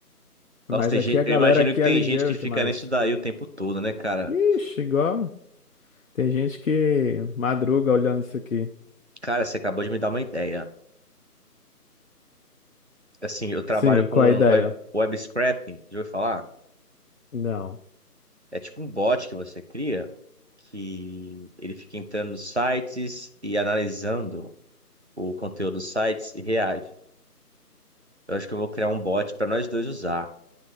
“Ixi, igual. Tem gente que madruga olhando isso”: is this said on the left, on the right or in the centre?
Left